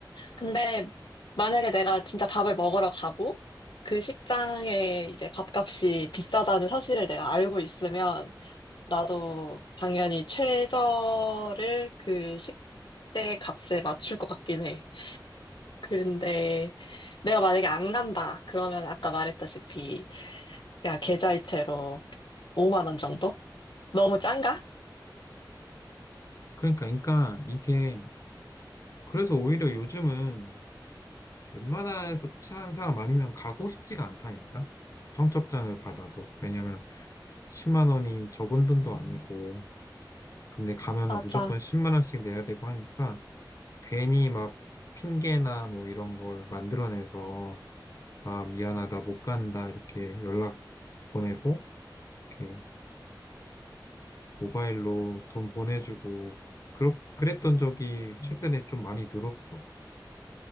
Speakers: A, on the left; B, on the left.
A: 근데 만약에 내가 진짜 밥을 먹으러 가고 그 식장에 이제 밥값이 비싸다는 사실을 내가 알고 있으면 나도 당연히 최저를 그 식대 값에 맞출 것 같긴 해. 그런데 내가 만약에 안 간다. 그러면 아까 말했다시피 그냥 계좌이체로 5만 원 정도? 너무 짠가?
B: 그러니까, 그러니까 이게 그래서 오히려 요즘은 웬만해서 친한 사람 아니면 가고 싶지가 않다니까. 청첩장을 받아도. 왜냐면 10만 원이 적은 돈도 아니고, 근데 가면은
A: 맞아.
B: 무조건 10만 원씩 내야 되고 하니까, 괜히 막 핑계나 뭐 이런 걸 만들어내서, 아, 미안하다, 못 간다, 이렇게 연락 보내고, 이렇게 모바일로 돈 보내주고, 그 그랬던 적이 최근에 좀 많이 늘었어.